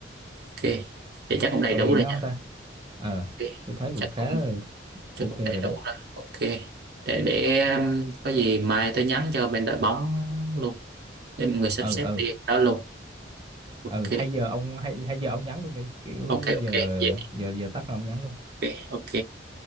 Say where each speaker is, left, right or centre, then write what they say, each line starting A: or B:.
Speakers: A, on the right (about 55°); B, on the right (about 25°).
A: ok vậy chắc cũng đầy
B: Còn
A: đủ
B: gì
A: rồi
B: nữa
A: nha
B: không ta? Ờ,
A: ok
B: tôi thấy
A: chắc
B: cũng khá
A: cũng
B: là
A: chắc
B: ok
A: cũng
B: rồi
A: đầy
B: đấy.
A: đủ rồi ok để để um, có gì mai tôi nhắn cho bên đội bóng luôn để mọi người sắp
B: Ừ
A: xếp
B: ừ
A: đi đó luôn ok
B: ừ hay giờ ông hay hay giờ ông nhắn luôn đi. Kiểu
A: ok
B: giờ
A: ok vậy
B: giờ giờ tắt rồi ông nhắn luôn.
A: ok ok